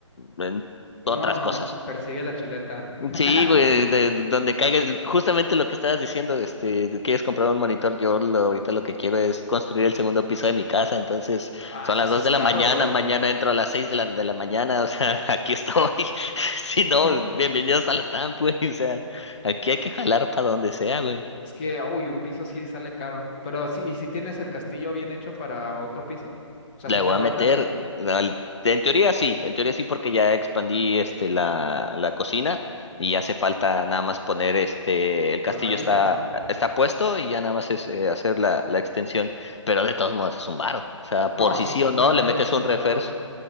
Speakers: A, on the left (about 65°); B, on the left (about 20°).
A: en
B: Uno
A: otras cosas.
B: persigue la chuleta. <laughs>
A: Sí, güey, de, de donde caiga, justamente lo que estabas diciendo, este, de quieres comprar un monitor, yo lo- ahorita lo que quiero es construir el segundo piso de mi casa, entonces
B: Ah,
A: son
B: eso
A: las
B: sí
A: dos
B: es
A: de
B: caro,
A: la mañana,
B: bro.
A: mañana entro a las seis de la, de la mañana, o sea, <laughs> aquí estoy, <laughs> si no,
B: <laughs>
A: bienvenidos a la TAM, güey, o sea, aquí hay que jalar para donde sea, güey.
B: Es que, uy, un piso sí sale caro. Pero sí, ¿y si tienes el castillo bien hecho para otro piso? O sea,
A: Le
B: ¿sí
A: voy
B: te aguanta?
A: a meter, al- en teoría sí, en teoría sí porque ya expandí este la, la cocina y hace falta nada más poner este, el castillo
B: Las varillas,
A: está,
B: ¿no?
A: está puesto y ya nada más es eh, hacer la, la extensión, pero de todos modos es un varo, o sea, por
B: No,
A: si
B: sí
A: sí
B: es un
A: o no
B: buen
A: le
B: varo,
A: metes
B: es
A: un
B: un buen
A: refuerzo,
B: varo.